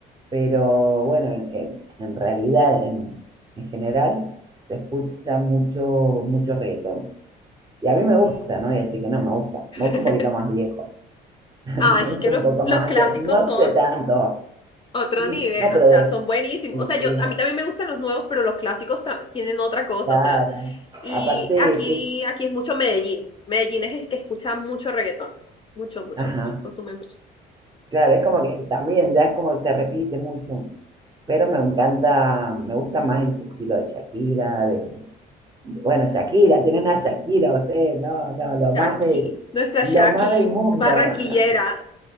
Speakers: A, on the right; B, on the left.
A: Pero bueno, en, en- en realidad, en, en general, se escucha mucho, mucho reggaetón.
B: Sí.
A: Y a mí me gusta, no voy a decir que no me gusta,
B: <laughs>
A: me gusta un poquito más viejo, <laughs> me
B: Ay,
A: gusta
B: es que
A: un
B: los,
A: poco
B: los
A: más
B: clásicos
A: de, no
B: son
A: sé tanto,
B: otro
A: Sí,
B: nivel,
A: no, pero
B: o sea,
A: de,
B: son buenísimos.
A: y
B: O sea,
A: sí,
B: yo a mí también me gustan los nuevos, pero los clásicos ta- tienen otra cosa,
A: claro,
B: o sea. Y
A: aparte
B: aquí,
A: que es,
B: aquí es mucho Medellín. Medellín es el que escucha mucho reggaetón. Mucho, mucho,
A: ajá.
B: mucho. Consume mucho.
A: Claro, es como que también ya es como se repite mucho, pero me encanta, me gusta más el estilo de Shakira, de, de- bueno, Shakira, tiene una Shakira usted, no, no, lo
B: Shaki,
A: más del,
B: nuestra
A: lo
B: Shaki,
A: más del mundo.
B: barranquillera.
A: <laughs>